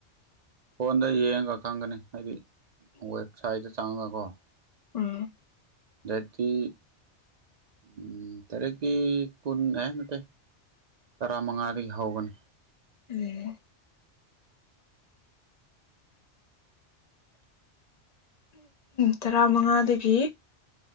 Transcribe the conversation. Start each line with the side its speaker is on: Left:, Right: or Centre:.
Right: ꯐꯣꯟꯗ ꯌꯦꯡꯒ ꯈꯪꯒꯅꯤ ꯍꯥꯏꯗꯤ ꯋꯦꯕꯁꯥꯏꯠꯇ ꯆꯪꯉꯒꯀꯣ
Left: ꯎꯝ
Right: ꯌꯥꯇꯤ ꯎ ꯇꯔꯦꯀꯤ ꯀꯟ ꯍꯥꯏ ꯅꯠꯇ ꯇꯔꯥꯃꯉꯥꯗꯒꯤ ꯍꯧꯒꯅꯤ
Left: ꯎꯝ ꯇꯔꯥꯃꯉꯥꯗꯒꯤ